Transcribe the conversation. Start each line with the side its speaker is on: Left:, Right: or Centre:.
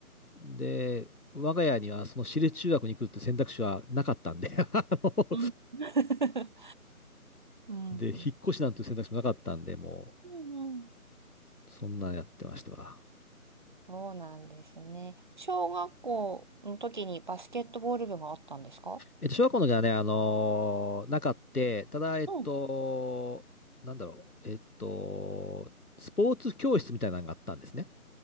Left: で、我が家にはその私立中学に行くって選択肢はなかったんで、<laughs> あの
Right: うん。<laughs> うん。
Left: で、引っ越しなんていう選択肢もなかったんで、も
Right: うんうん。
Left: う、そんなんやってましたわ。
Right: そうなんですね。小学校の時にバスケットボール部があったんですか
Left: えっと、小学校の時はね、あのーなかって、ただ、えっと、
Right: うん。
Left: なんだろう、えっと、スポーツ教室みたいなのがあったんですね。